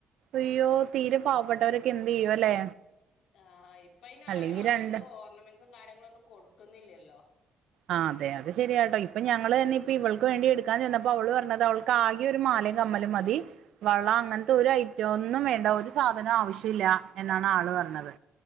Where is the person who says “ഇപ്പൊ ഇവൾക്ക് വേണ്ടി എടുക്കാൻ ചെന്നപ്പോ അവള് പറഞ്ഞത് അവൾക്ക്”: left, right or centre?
Right